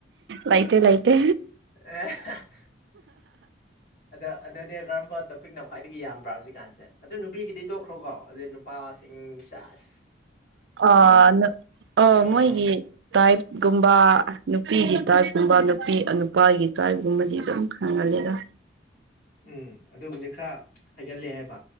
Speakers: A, on the right; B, on the left.
A: ꯂꯥꯏꯇꯦ ꯂꯥꯏꯇꯦ
B: ꯑ <unintelligible> ꯑꯗꯣ ꯑꯗꯨꯗꯤ ꯀꯔꯝꯕ ꯇꯣꯄꯤꯛꯅ ꯈ꯭ꯋꯥꯏꯗꯒꯤ ꯌꯥꯝꯕ꯭ꯔꯥ ꯍꯧꯖꯤꯛꯀꯥꯟꯁꯦ ꯑꯗꯨ ꯅꯨꯄꯤꯒꯤꯗꯤ ꯇꯣꯛꯈ꯭ꯔꯣ ꯀꯣ ꯑꯗꯨ ꯅꯨꯄꯥꯁꯤꯡ ꯆꯥꯁ
A: ꯑ ꯑ
B: ꯎꯝ
A: ꯃꯣꯏꯒꯤ ꯇꯥꯏꯞꯀꯨꯝꯕ ꯅꯨꯄꯤꯒꯤ ꯇꯥꯏꯞꯀꯨꯝꯕ ꯅꯨꯄꯤ ꯑ ꯅꯨꯄꯥꯒꯤ ꯇꯥꯏꯞꯀꯨꯝꯕꯗꯤ ꯑꯗꯨꯝ ꯈꯪꯒꯜꯂꯤꯗ
B: ꯎꯝ ꯑꯗꯨꯒꯨꯝꯕꯗꯤ ꯈꯔ ꯍꯥꯏꯒꯟꯂꯦ ꯍꯥꯏꯕ